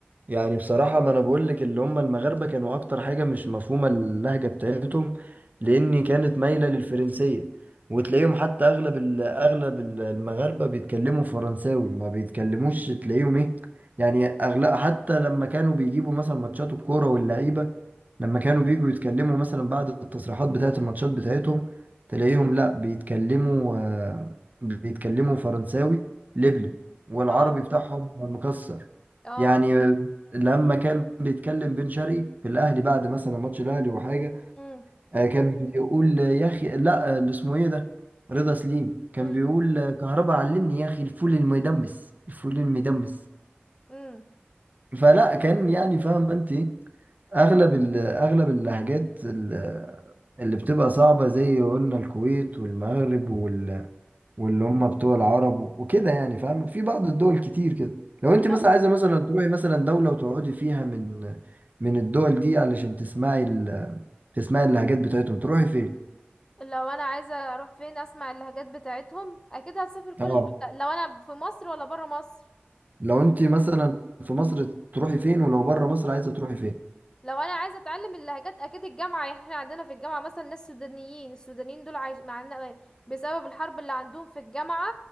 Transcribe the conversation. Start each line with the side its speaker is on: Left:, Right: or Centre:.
Right: يعني بصراحة ما أنا بقول لك اللي هم المغاربة كانوا أكتر حاجة مش مفهومة اللهجة بتاعتهم لأن كانت مايلة للفرنسية وتلاقيهم حتى أغلب ال- أغلب ال- المغاربة بيتكلموا فرنساوي ما بيتكلموش تلاقيهم إيه يعني أغلب حتى لما كانوا بيجيبوا مثلا ماتشات الكورة واللعيبة لما كانوا بيجوا يتكلموا مثلا بعد التصريحات بتاعة الماتشات بتاعتهم تلاقيهم لأ بيتكلموا آه، بيتكلموا فرنساوي لبلب والعربي
Left: اه
Right: بتاعهم مكسر
Left: اه
Right: يعني لما كان بيتكلم بن شرقي في الاهلي بعد مثلا ماتش الاهلي وحاجه
Left: امم
Right: آه، كان بيقول يا اخي لا آه، اللي اسمه ايه ده رضا سليم كان
Left: امم
Right: بيقول آه، كهربا علمني يا اخي الفول المدمس الفول المدمس
Left: امم
Right: فلا كان يعني فاهم انت إيه؟ اغلب ال- اغلب اللهجات ال- اللي بتبقى صعبه زي قلنا الكويت والمغرب واللي هم بتوع العرب و- وكده يعني فاهم في بعض الدول كتير كده لو انت مثلا
Left: لو
Right: عايزه مثلا تروحي مثلا دوله وتقعدي فيها من من الدول دي علشان تسمعي ال... تسمعي اللهجات بتاعتهم تروحي فين
Left: لو انا عايزة اروح فين اسمع اللهجات بتاعتهم اكيد هسافر كل
Right: اه
Left: لو انا في مصر ولا برا مصر
Right: لو انت مثلا في مصر تروحي فين ولو بره مصر عايزه تروحي فين
Left: لو انا عايزه اتعلم اللهجات اكيد الجامعه يعني احنا عندنا في الجامعه مثلا ناس سودانيين السودانيين دول عايش معانا بسبب الحرب اللي عندهم في الجامعه